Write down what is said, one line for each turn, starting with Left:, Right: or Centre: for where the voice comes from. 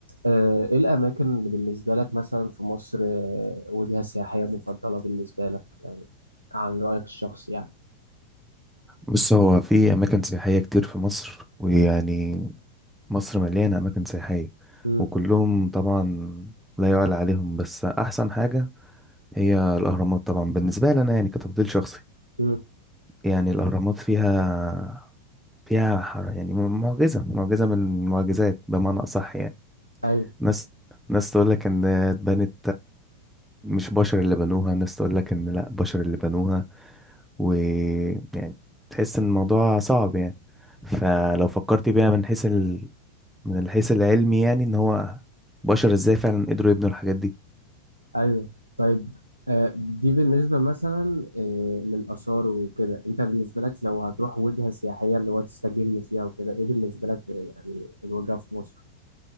Right: آه، ايه الاماكن اللي بالنسبه لك مثلا في مصر آه، وجهه سياحيه مفضله بالنسبه لك يعني عن رايك الشخصي يعني
Centre: بص هو في أماكن سياحية كتير في مصر ويعني مصر مليانة أماكن سياحية
Right: امم
Centre: وكلهم طبعا لا يعلى عليهم بس أحسن حاجة هي الأهرامات طبعا بالنسبة لي أنا يعني كتفضيل شخصي
Right: امم
Centre: يعني الأهرامات فيها فيها ح- يعني م- معجزة معجزة من المعجزات بمعنى أصح يعني
Right: ايوه
Centre: ناس ناس تقول لك إن اتبنت مش بشر اللي بنوها ناس تقول لك إن لأ بشر اللي بنوها ويعني تحس إن الموضوع صعب يعني فلو فكرت بيها من حيث من الحيث العلمي يعني ان هو بشر ازاي فعلا قدروا يبنوا الحاجات دي
Right: ايوه طيب آه، دي بالنسبه مثلا آه، للاثار وكده انت بالنسبه لك لو هتروح وجهه سياحيه اللي هو تستجم فيها وكده ايه بالنسبه لك آه، يعني الوجهه في مصر